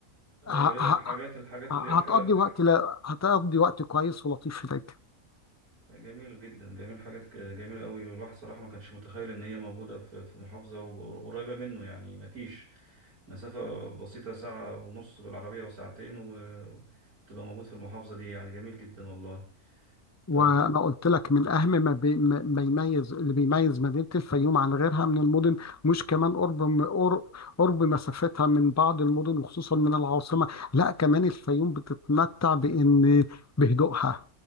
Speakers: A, on the right; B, on the left.
A: ايوه
B: ه-
A: هي
B: ه-
A: الحاجات الحاجات
B: ه-
A: اللي هي الحرق
B: هتقضي وقت لا هتقضي وقت كويس ولطيف هناك
A: جميل جدا جميل حاجات ك- جميلة قوي والواحد صراحة ما كانش متخيل ان هي موجودة في في محافظة وقر- قريبة منه يعني ما فيش مسافة بسيطة ساعة ونص بالعربية وساعتين وتبقى موجود في المحافظة دي يعني جميل جدا والله
B: وانا
A: طيب
B: قلت لك من اهم ما, بي ما ما يميز اللي بيميز مدينه الفيوم عن غيرها من المدن مش كمان قرب م- قر- قرب مسافتها من بعض المدن وخصوصا من العاصمه لا كمان الفيوم بتتمتع بان بهدوءها